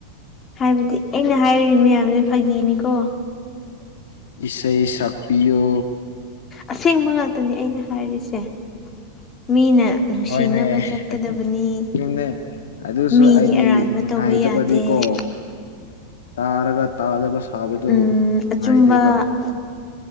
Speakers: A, on the left; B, on the left.
A: ꯍꯥꯏꯕꯗꯤ ꯑꯩꯅ ꯍꯥꯏꯔꯤꯕ ꯃꯌꯥꯝꯁꯦ ꯐꯥꯒꯤꯅꯤꯀꯣ
B: ꯏꯁꯩ ꯁꯛꯄꯤꯌꯣ
A: ꯑꯁꯦꯡꯕ ꯉꯥꯛꯇꯅꯦ ꯑꯩꯅ ꯍꯥꯏꯔꯤꯁꯦ ꯃꯤꯅ ꯅꯨꯡꯁꯤꯅꯕ
B: ꯍꯣꯏꯅꯦ
A: ꯆꯠꯀꯗꯕꯅꯤ
B: <unintelligible> ꯑꯗꯨꯁꯨ
A: ꯃꯤꯒꯤ
B: ꯑꯩꯗꯤ
A: ꯑꯔꯥꯟꯕ
B: ꯅꯨꯡꯉꯥꯏꯇꯕꯗꯤꯀꯣ
A: ꯇꯧꯕ ꯌꯥꯗꯦ
B: ꯇꯥꯔꯒ ꯇꯥꯗꯕ ꯊꯥꯕꯗꯨ
A: ꯎꯝ
B: ꯅꯨꯡꯉꯥꯏꯇꯦꯕ
A: ꯑꯆꯨꯝꯕ